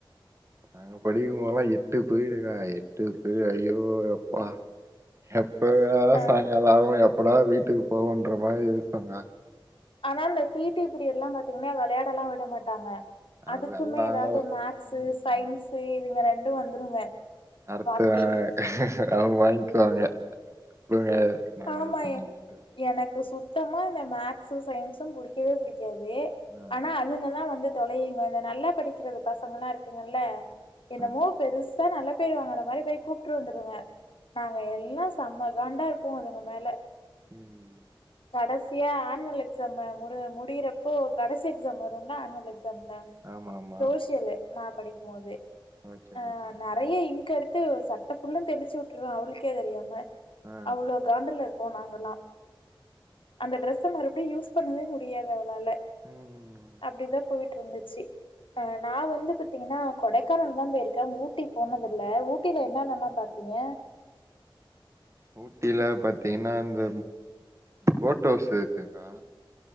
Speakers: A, on the right; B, on the left.
A: நாங்க படிக்கும்போத்லா எட்டு பிரீயடுக்கா எட்டு பீயட் ஐயோ யெப்பா எப்படா
B: அ
A: சாய்ங்காளோ ஆவு எப்படா வீட்டுக்கு போவோன்ற மாரி இருக்கோங்க
B: ஆனா இந்த பீடி பீரியட்ல்லா பாத்தீஙன்னா வெளயாடெல்லா விட மாட்டாங்க அதுக்குமே
A: அதெல்லா
B: எதாவ்து மேக்ஸு
A: ம்
B: சயின்ஸு இதுங்க ரெண்டு வந்துருங்க
A: அடுத்துதா
B: வாத்தி
A: அவுங் வாய்ங்க்குவாங்க குடுங்க நாங்க
B: ஆமா
A: இது பண்ணிக்கிட்டு
B: எனக்கு சுத்தமா இந்த மேக்ஸு சயின்ஸு புடிக்கவே புடிக்காது
A: ஆ
B: ஆனா அதுங்கதா வந்து தொலையுங்க இந்த நல்லா படிக்கிறத பசங்கெல்லா இருக்குங்கல்ல என்னமோ
A: ஆ
B: பெரு சா நல்ல பேர் வாங்கற மாரி போய் கூப்ட்ரு வந்துடுங்க நாங்க எல்லா சம்மா காண்டாருப் போ அதுங்க மேல
A: ம்
B: கடசியா ஆன்வல் எக்ஸாமு முடி முடியிறப்போ கடசி எக்ஸாம் வரும்ல ஆன்வல் எக்ஸாமுல
A: ஆமா ஆமா
B: சோசியலு நா படிக்குமோது
A: ஓகே
B: அ
A: ஓகே
B: நறைய இங்கெடுத்து சட் ட ஃபுல்லு தெளிச்சு வுட்ருவை அவளுக்கே தெரியாம
A: ஆ
B: அவ்ளோ காண்டுல இருப்போ நாங்கல்லா அந்த ட்ரெஸ்ஸ மறுப்டியு யூஸ் பண்ணவே முடியாது அவளால
A: ம்
B: அப்டிதா போயிட்ருந்துச்சு அ நா வந்து பாத்தீங்கன்னா கொடைக்கானல் தா போயிருக்கே ஊட்டி போனதில்ல ஊட்டியில என்னன்னலா பாத்தீங்க
A: ஊட்டில பாத்தீங்கன்னா இந்த போட் ஹவுஸ் இருக்குக்கா